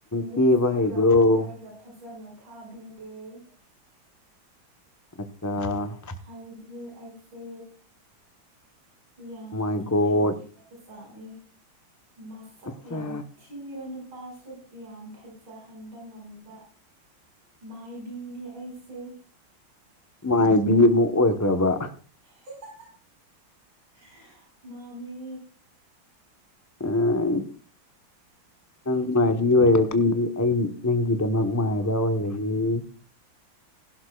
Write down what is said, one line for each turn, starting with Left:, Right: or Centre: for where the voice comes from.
Right: ꯂꯤꯞꯁꯇꯤꯛꯀꯥ
Left: ꯀꯦꯕ ꯍꯩꯕ꯭ꯔꯣ
Right: ꯄꯥꯎꯗꯔꯒꯥ ꯐꯖꯅꯥ ꯊꯥꯕꯤꯒ‌ꯦ
Left: ꯑꯆꯥ
Right: ꯍꯩꯕꯅꯦ ꯑꯩꯁꯦ ꯌꯥꯝꯅ
Left: ꯃꯥꯏ ꯒꯣꯗ
Right: ꯍꯩ <unintelligible> ꯆꯥꯅꯤ ꯃꯁꯛ
Left: ꯑꯠꯆꯥ
Right: ꯌꯥꯝ ꯊꯤꯕꯅ ꯅꯨꯞ ꯅꯨꯄꯥꯁꯨ ꯌꯥꯝ ꯐꯖꯍꯟꯕꯥ ꯉꯝꯕꯥ ꯃꯥꯏꯕꯤꯅꯤ ꯑꯩꯁꯦ
Left: ꯃꯥꯏꯕꯤ ꯑꯃꯨꯛ ꯑꯣꯏꯈ꯭ꯔꯕꯥ
Right: <unintelligible> ꯃꯥꯅꯤ
Left: ꯑꯥ ꯅꯪ ꯃꯥꯏꯕꯤ ꯑꯣꯏꯔꯗꯤ ꯑꯩ ꯅꯪꯒꯤꯗꯃꯛ ꯃꯥꯏꯕ ꯑꯣꯏꯔꯒ‌ꯦ